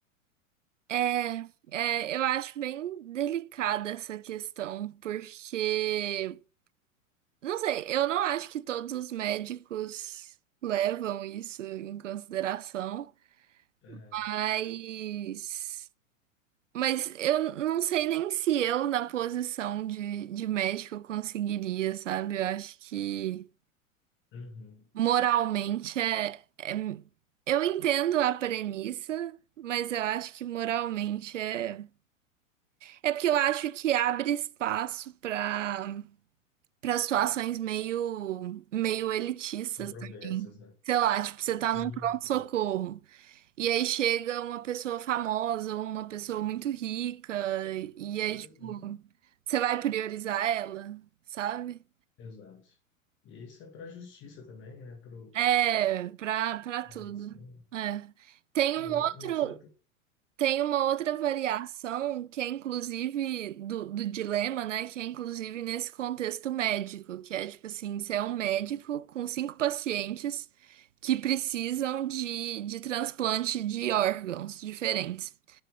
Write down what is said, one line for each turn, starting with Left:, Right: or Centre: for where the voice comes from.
Right: É, é, eu acho bem delicada essa questão, porque Não sei, eu não acho que todos os médicos levam isso em consideração,
Left: É,
Right: mas, mas eu não sei nem se eu, na posição de, de médico, conseguiria, sabe? Eu acho que
Left: uhum.
Right: moralmente é, é. Eu entendo a premissa, mas eu acho que moralmente é. É porque eu acho que abre espaço para. Para situações meio, meio elitistas.
Left: Controvérsias, né?
Right: Sei lá, tipo, você
Left: Sim,
Right: tá num pronto-socorro.
Left: sim.
Right: E aí chega uma pessoa famosa, ou uma pessoa muito rica, e aí,
Left: Uhum.
Right: tipo, você vai priorizar ela, sabe?
Left: Exato. E isso é para a justiça também, né? Para
Right: É, pra, pra tudo.
Left: a medicina.
Right: É. Tem um
Left: Mas
Right: outro.
Left: a a medicina tem.
Right: Tem uma outra variação que é inclusive do, do dilema, né? Que é inclusive nesse contexto médico, que é tipo assim, você é um médico com cinco pacientes que precisam de, de transplante de órgãos diferentes.